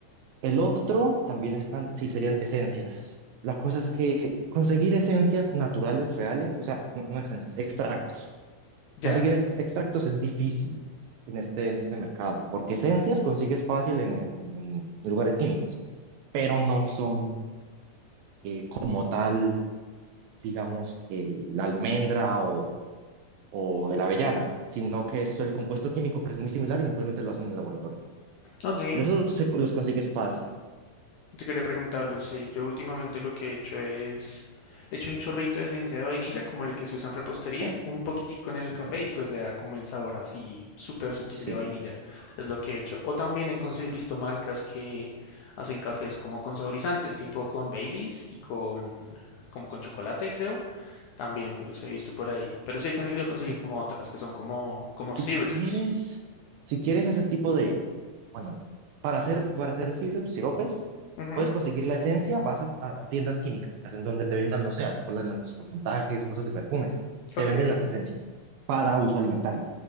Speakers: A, on the right; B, on the left.
A: El otro también están, sí, serían esencias. La cosa es que conseguir esencias naturales, reales, o sea, no, no esencias, extractos Conseguir
B: ya.
A: est- extractos es difícil en este, en este mercado, porque esencias consigues fácil en, en- en lugares químicos, pero no son eh, como tal, digamos, que la almendra o, o la avellana, sino que es el compuesto químico que es muy similar y simplemente lo hacen en el laboratorio.
B: Ok,
A: De esos se- los consigues fácil.
B: Te quería preguntarlo, sí. Yo últimamente lo que he hecho es, he hecho un chorrito de esencia de vainilla, como el que se usa en repostería,
A: Sí,
B: un poquitico en el
A: Ujú.
B: café y pues le da como el sabor así súper sutil
A: sí,
B: de vainilla. Es lo que he hecho. O también he conse- visto marcas que hacen cafés como con saborizantes, tipo con Baileys y con, como con chocolate, creo. También los he visto por ahí. Pero sí he conseguido conseguir
A: sí.
B: como otras, que son como, como
A: Si
B: syrups.
A: quieres, si quieres ese tipo de, bueno, para hacer, para hacer sirup, siropes,
B: Ujú,
A: puedes conseguir la esencia, vas a, a- a tiendas químicas en donde te vendan, no sé, alcohol en altos porcentajes, cosas de perfumes, te
B: Ok,
A: venden las esencias para uso alimentario.